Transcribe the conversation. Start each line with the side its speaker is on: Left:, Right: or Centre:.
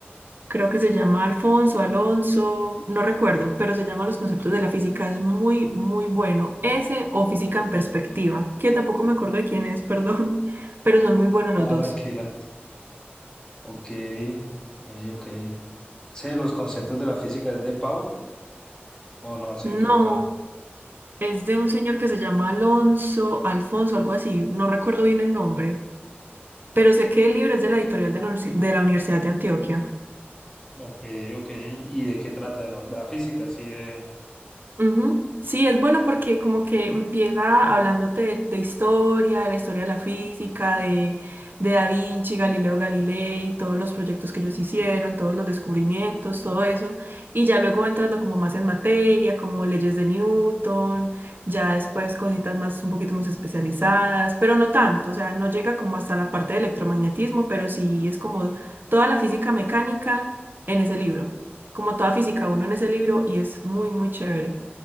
Right: creo que se llama Alfonso, Alonso, no recuerdo, pero se llama Los conceptos de la física, es muy, muy bueno. Ese o Física en perspectiva, que tampoco me acuerdo de quién es, <laughs> perdón, pero son muy buenos
Left: no,
Right: los dos.
Left: tranquila. Ok, ok, ok. ¿Ese los conceptos de la física es de Paul o no, se
Right: No,
Left: he equivocado?
Right: es de un señor que se llama Alonso, Alfonso, algo así, no recuerdo bien el nombre, pero sé que el libro es de la editorial de la, Universi- de la Universidad de Antioquia.
Left: Ok, ok. ¿Y de qué trata? De, los, de la física, así de,
Right: Ujú. Sí, es bueno porque como que empieza hablándote de, de historia, de la historia de la física, de, de Da Vinci, Galileo Galilei, todos los proyectos que ellos hicieron, todos los descubrimientos, todo eso. Y ya luego va entrando como más en materia, como leyes de Newton, ya después cositas más, un poquito más especializadas, pero no tanto, o sea, no llega como hasta la parte de electromagnetismo, pero sí es como toda la física mecánica en ese libro, como toda física uno en ese libro y es muy, muy chévere.